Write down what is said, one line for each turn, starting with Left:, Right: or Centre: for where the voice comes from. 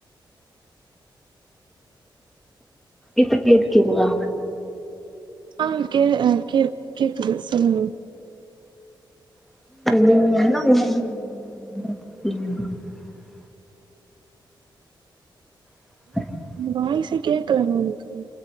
Centre: இதுக்கு இருக்கிங்ளா
Right: ஆஹ் கே அஹ் கே கேக்குது சொல்லுங்க
Centre: <inaudible> <inaudible>
Right: வாய்சே கேட்கல மேம் எனக்கு